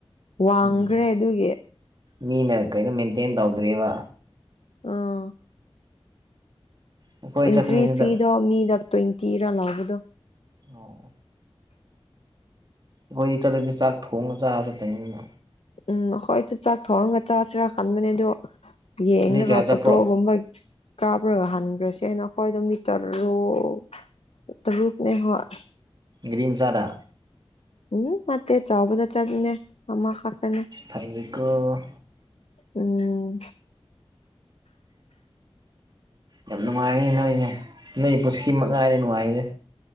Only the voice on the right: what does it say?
ꯎꯝ
ꯃꯤꯅ ꯀꯩꯅꯣ ꯃꯦꯟꯇꯦꯟ ꯇꯧꯗ꯭ꯔꯦꯕ
ꯑꯩꯈꯣꯏ
ꯆꯠꯀꯅꯤꯗꯨꯗ
ꯑꯣ ꯈꯣꯏꯗꯤ ꯆꯠꯂꯗꯤ ꯆꯥꯛ ꯊꯣꯡꯉ ꯆꯥꯕ ꯇꯥꯏꯃꯤꯡ
ꯃꯤ ꯀꯌꯥ ꯆꯠꯄ꯭ꯔꯣ
ꯒꯔꯤꯝꯆꯥꯗ
ꯐꯩꯀꯣ
ꯌꯥꯝ ꯅꯨꯡꯉꯥꯏꯔꯦ ꯅꯣꯏꯖꯦ ꯅꯣꯏ ꯄꯨꯟꯁꯤ ꯃꯉꯥꯏꯔꯦ ꯅꯨꯡꯉꯥꯏꯔꯤꯖꯦ